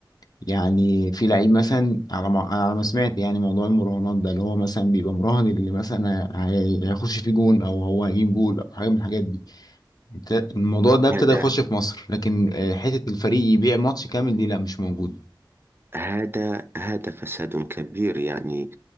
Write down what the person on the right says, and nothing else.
هذا
هذا هذا فساد كبير يعني